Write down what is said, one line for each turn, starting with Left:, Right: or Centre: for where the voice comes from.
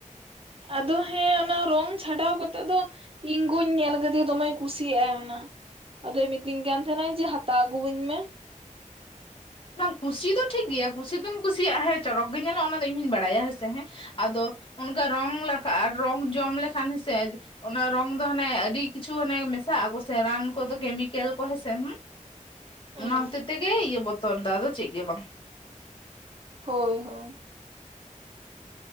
Right: ᱟᱫᱚ ᱦᱮᱸ ᱚᱱᱟ ᱨᱚᱝ ᱪᱷᱟᱰᱟᱣ ᱠᱟᱛᱮᱜ ᱫᱚ ᱤᱧ ᱜᱚᱧ ᱧᱮᱞ ᱠᱟᱫᱮᱭᱟ ᱫᱚᱢᱮ ᱠᱩᱥᱤᱭᱟᱜ-ᱟᱭ ᱚᱱᱟ ᱾ ᱟᱫᱚᱭ ᱢᱤᱛᱟᱹᱧ ᱠᱟᱱ ᱛᱟᱦᱮᱸᱱᱟᱭ ᱡᱮ ᱦᱟᱛᱟᱣ ᱟᱹᱜᱩᱣᱟᱹᱧ ᱢᱮ ᱾
Left: ᱵᱟᱝ ᱠᱩᱥᱤ ᱫᱚ ᱴᱷᱤᱠ ᱜᱮᱭᱟ ᱠᱩᱥᱤ ᱫᱚᱢ ᱠᱩᱥᱤᱭᱟᱜᱼᱟ ᱦᱮᱸ ᱪᱚᱨᱚᱠ ᱜᱮ ᱧᱮᱞᱚᱜᱼᱟ ᱚᱱᱟ ᱫᱚ ᱤᱧᱦᱚᱧ ᱵᱟᱲᱟᱭᱟ ᱦᱮᱸᱥᱮ ᱦᱮᱸ, ᱟᱫᱚ ᱚᱱᱠᱟ ᱨᱚᱝ ᱨᱟᱠᱟᱵᱼᱟ ᱨᱚᱝ ᱡᱚᱢ ᱞᱮᱠᱷᱟᱱ ᱦᱮᱸᱥᱮ ᱚᱱᱟ ᱨᱚᱝ ᱫᱚ ᱦᱟᱱᱮ ᱟᱹᱰᱤ ᱠᱤᱪᱷᱩ ᱦᱟᱱᱮ ᱢᱮᱥᱟᱣᱟᱜ-ᱟ ᱠᱚᱥᱮ ᱨᱟᱱ ᱠᱚᱫᱚ ᱠᱮᱢᱤᱠᱮᱞ ᱠᱚ ᱦᱮᱥ ᱦᱩᱸ?
Right: ᱦᱩᱸ
Left: ᱚᱱᱟ ᱦᱚᱛᱮ ᱛᱮᱜᱮ ᱤᱭᱟᱹ ᱵᱚᱛᱚᱨ ᱫᱚ ᱟᱫᱚ ᱪᱮᱫ ᱜᱮ ᱵᱟᱝ ᱾
Right: ᱦᱳᱭ ᱦᱳᱭ ᱾